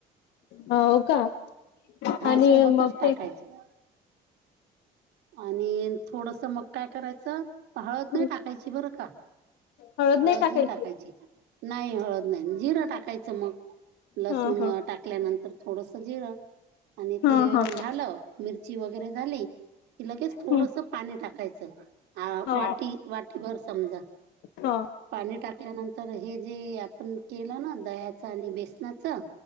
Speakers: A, on the left; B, on the right.
A: ह हवं कां
B: हा
A: आणि
B: सोबतच
A: मंग
B: टाकायचं
A: ते
B: आणि थोडंसं मंग कायं करायचं हळंद
A: हं,
B: नाहीं टांक टाकांयची बरं कां
A: हळद
B: हळंद
A: नाही टाकायची
B: नाहीं टाकांयची नाहीं हळंद नाहीं जिरं टाकांयचं मंग लसूणं
A: हा हा
B: टाकां टाकल्यांनंतर थोडंसं जिरं आणि
A: हा
B: ते
A: हा
B: झालं मिर्ची वगैरें झालीं किं लगेचं थोडंसं
A: हम्म
B: पाणी टाकांयचं
A: हा
B: वाटी वाटीभंर समजां
A: हा
B: पाणी टाकल्यांनंतर हे जे आपणं केलं नां दह्याचं आणि बेसनांचं